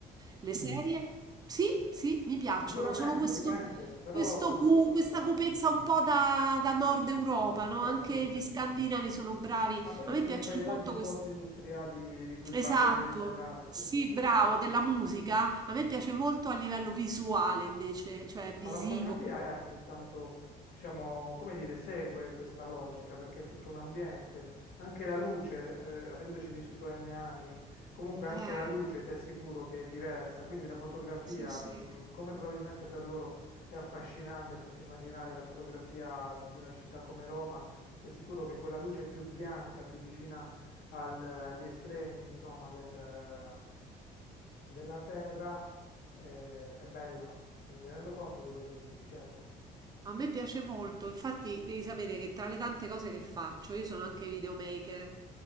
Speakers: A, on the right (about 25°); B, on the left (about 60°).
A: Le serie, sì, sì, mi piacciono,
B: Sicuramente,
A: sono questo,
B: sicuramente, però
A: questo
B: hanno
A: cu-
B: fatto
A: questa
B: altro.
A: cupezza un po' da, da Nord Europa, no?
B: Beh,
A: Anche
B: sì,
A: gli scandinavi sono bravi,
B: ma quelli
A: a me
B: sono
A: piacciono
B: i paesaggi
A: molto questo.
B: post-industriali di cui
A: Esatto.
B: parlo io in generale, sì,
A: Sì,
B: sì.
A: bravo, della musica. A me piace molto a livello visuale invece, cioè visivo.
B: Ma la fotografia è altrettanto, diciamo, come dire, segue questa logica perché è tutto un ambiente, anche la luce, eh, avendoci vissuto N anni, comunque anche
A: Eh,
B: la luce ti assicuro che è diversa, quindi la fotografia,
A: sì, sì.
B: mh, come probabilmente per loro è affascinante, posso immaginare la fotografia di una città come Roma, ti assicuro che quella luce più bianca, più vicina al- agli estremi, insomma, del, mm, della terra, eh, è bella. Mi rendo conto di quello che dici, certo.
A: A me piace molto, infatti devi sapere che tra le tante cose che faccio, io sono anche videomaker,